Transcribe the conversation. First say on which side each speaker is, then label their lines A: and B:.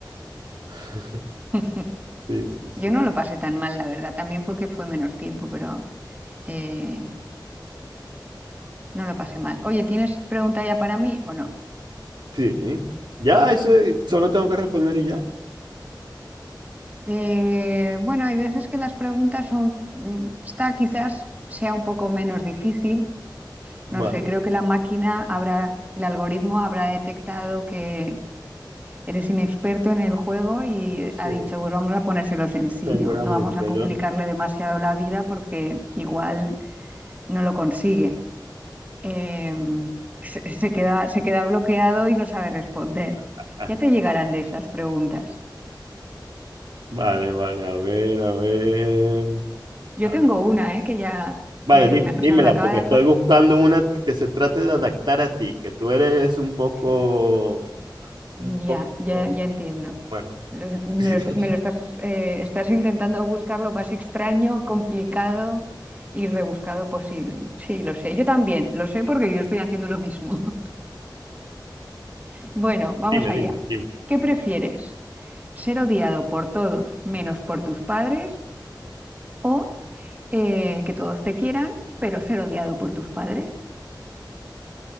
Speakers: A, on the right; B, on the right.
A: <laughs>
B: <laughs>
A: Sí, sí, sí.
B: Yo no lo pasé tan mal, la verdad, también porque fue menos tiempo, pero eh, no lo pasé mal. Oye, ¿tienes pregunta ya para mí o no?
A: Sí. Ya, eso solo tengo que responder y ya.
B: Eh, bueno, hay veces que las preguntas son, mm, esta quizás sea un poco menos difícil,
A: Vale.
B: no sé, creo que la máquina habrá, el algoritmo habrá detectado que Eres inexperto en el juego y
A: Sí,
B: ha dicho, pues vamos a ponérselo sencillo,
A: seguramente,
B: no vamos a complicarle
A: ¿no?
B: demasiado la vida porque igual no lo consigue. Eh, se, se queda, se queda bloqueado y no sabe responder.
A: Ah,
B: Ya te llegarán de esas preguntas.
A: Vale, vale, a ver, a ver.
B: Yo
A: A
B: tengo
A: ver.
B: una, eh, que ya,
A: Vale,
B: que
A: dí-
B: me-
A: dímela,
B: o sea, me acaba
A: porque
B: de...
A: estoy
B: apar-
A: buscando una que se trate de adaptar a ti, que tú eres un poco,
B: eh,
A: un
B: Ya,
A: poco,
B: ya, ya entiendo.
A: bueno.
B: Lo-
A: <laughs>
B: Me lo, est- me lo estás, eh, estás intentando buscar lo más extraño, complicado y rebuscado posible. Sí, lo sé. Yo también, lo sé porque yo estoy haciendo lo mismo. <laughs> Bueno, vamos
A: Dime,
B: allá.
A: dime, dime.
B: ¿Qué prefieres? ¿Ser odiado por todos menos por tus padres o eh, que todos te quieran, pero ser odiado por tus padres?